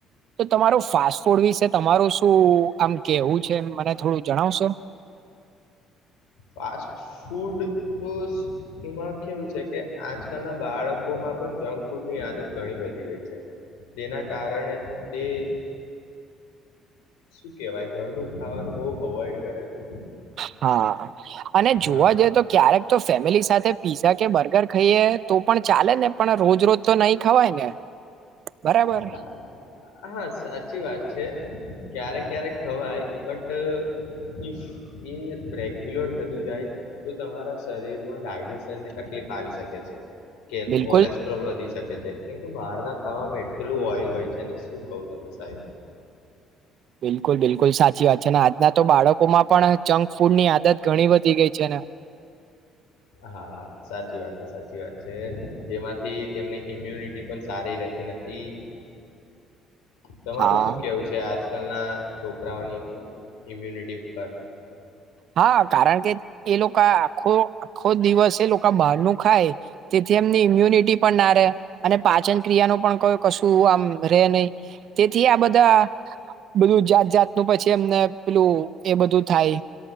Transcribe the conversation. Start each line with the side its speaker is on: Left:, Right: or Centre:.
Right: તો તમારું ફાસ્ટ ફૂડ વિશે તમારું શું આમ કેવું છે એ મને થોડું જણાવશો
Left: ફાસ્ટ ફૂડ તો એમાં કેવું છે કે આજકાલના બાળકોમાં પણ જંક ફૂડની આદત ઘણી વધી ગઈ છે તેના કારણે તે શું કેવાય ઘરનું ખાવાનું બઉ અવોઈડ કરે છે
Right: હા અને જોવા
Left: હા
Right: જઈએ તો ક્યારેક તો ફેમિલી સાથે પીઝા કે બર્ગર ખઈએ તો પણ ચાલે ને પણ રોજ રોજ તો નહી ખવાય ને બરાબર
Left: હા હા સાચી વાત છે ક્યારેક ક્યારેક ખવાય બટ ઇફ એ રેગ્યુલર થતું જાય તો તમારા શરીરમાં ડાયજેશન ની તકલીફ આવી શકે છે કે
Right: બિલકુલ
Left: કોલેસ્ટ્રોલ વધી શકે વધે કેમ કે બહારના ખાવામાં કેટલું ઓઇલ હોય છે ને શું કવું તમને સાહેબ
Right: બિલકુલ બિલકુલ સાચી વાત છે ને આજના તો બાળકો માં પણ જંક ફૂડ ની આદત ઘણી વધી ગઈ છે ને
Left: હા સાચી વાત છે સાચી વાત છે જેમાંથી તેમની ઈમ્યુનિટી પણ સારી રહેતી નથી તમારું
Right: હા
Left: શું કેવું છે આજ આજકાલના છોકરાઓની ઇમ્યુનિટી પર
Right: હા કારણ કે એ લોકા આખો આખો દિવસ એ લોકા બહારનું ખાય તેથી એમની ઈમ્યુનિટી પણ ના રહે અને પાચન ક્રિયા ન પણ કશું આમ રે નહી તેથી આ બધા બધું જાત જાતનું પછી એમને પેલું એ બધું થાય